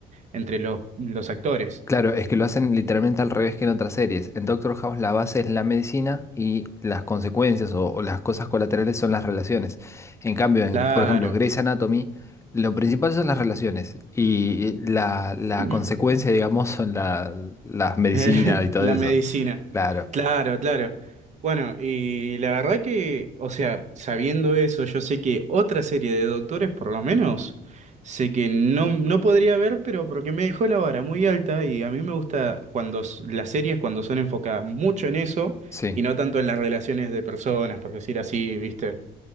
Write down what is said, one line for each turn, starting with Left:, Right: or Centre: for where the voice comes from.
Right: entre los, los actores.
Left: Claro, es que lo hacen literalmente al revés que en otras series. En Doctor House la base es la medicina y las consecuencias o, o las cosas colaterales son las relaciones. En cambio, en,
Right: Claro.
Left: por ejemplo, Grey's Anatomy, lo principal son las relaciones y la, la
Right: <clears throat>
Left: consecuencia, digamos, son la- las medicinas
Right: <laughs>
Left: y todo
Right: La
Left: eso.
Right: medicina.
Left: Claro,
Right: Claro, claro. Bueno, y la verdad que, o sea, sabiendo eso, yo sé que otra serie de doctores, por lo menos, sé que no, no podría ver, pero porque me dejó la vara muy alta y a mí me gusta cuando s- las series, cuando son enfocadas mucho en eso
Left: sí,
Right: y no tanto en las relaciones de personas, por decir así, ¿viste?